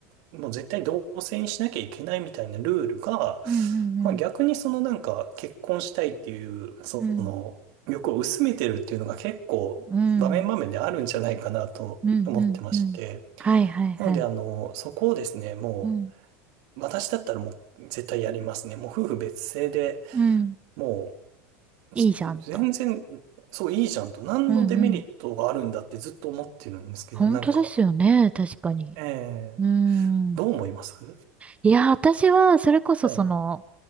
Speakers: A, on the right; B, on the right.
A: もう絶対同棲にしなきゃいけないみたいなルールが、
B: うんうん
A: まあ逆にそのなんか結婚したいっていう、その欲を薄めてるっていうのが結構場面場面であるんじゃないかなと思ってまして。
B: うん。うん、うん、うんうんうん。はいはいはい。
A: なのであの、そこをですね、も
B: うん、
A: う私だったらもう絶対やりますね。もう夫婦別姓で、
B: うん。
A: もう
B: いいじゃんと。
A: す全然、そういいじゃんと、何のデメリットがあるんだってずっと思ってるんですけど、
B: うんうん。本当ですよね、
A: なんか、
B: 確かに。
A: え
B: うん。
A: えどう思います
B: いや、私は、それこそその、
A: はい。